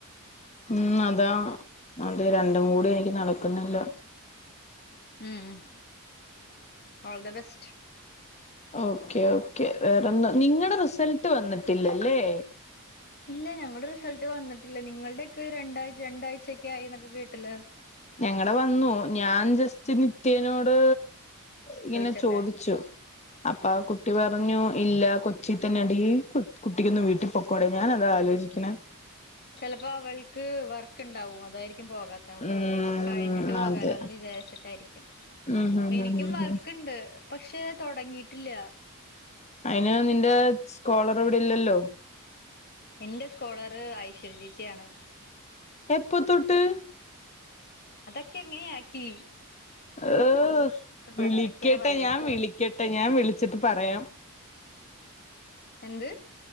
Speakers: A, on the left; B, on the left.
A: ഉം അതാ നത് രണ്ടും കൂടി എനിക്ക് നടക്കുന്നില്ല
B: ഉം all the best
A: okay okay വേറെന്താ നിങ്ങളുടെ റിസൾട്ട് വന്നിട്ടില്ലല്ലേ?
B: ഇല്ല ഞങ്ങളുടെ റിസൾട്ട് വന്നിട്ടി ല്ല നിങ്ങൾടെ ഒക്കെ രാണ്ടായ് രണ്ടാഴ്ചൊക്കെ ആയി വീട്ടിലാ.
A: ഞങ്ങളെ വന്നു ഞാൻ ജസ്റ്റ് നിത്യനോട് ഇങ്ങനെ
B: ചോദിച്ചല്ലേ
A: ചോദിച്ചു അപ്പ ആ കുട്ടി പറഞ്ഞു ഇല്ല കൊച്ചി തന്നെണ്ട് ഈ കുട്ടിക്കൊന്താ വീട്ടിൽ പൊക്കോടെ ഞാൻ അതാ ആലോചിക്കണ..
B: ചെലപ്പോ അവൾക്ക് വർക്ക് ഇണ്ടാവും അതായിരിക്കും പോകാത്ത.
A: ഉം
B: കഴിഞ്ഞിട്ട് പോകാലോന്ന്
A: അതെ
B: വിചാരിച്ചിട്ടായിരിക്കും
A: ഉം ഹും
B: എനിക്കും
A: ഹും ഹും
B: വർക്കുണ്ട്
A: ഹും
B: പക്ഷെ തോടങ്ങിട്ടില്ല
A: അയിന് നിന്റെ സ്കോളർ ഇവിടെല്ലല്ലോ
B: എന്റെ സ്കോളറ് ഐശ്വര്യ ചോച്ചി ആണ്
A: എപ്പൊ തൊട്ട്
B: അതൊക്കെ ങ്ങനെ ആക്കി
A: ഏയി...
B: പലതൊക്കെയാ
A: വിളിക്കട്ടെ
B: പറയണത്
A: ഞാൻ വിളിക്കട്ടെ ഞാൻ വിളിച്ചിട്ട് പറയാം.
B: എന്ത്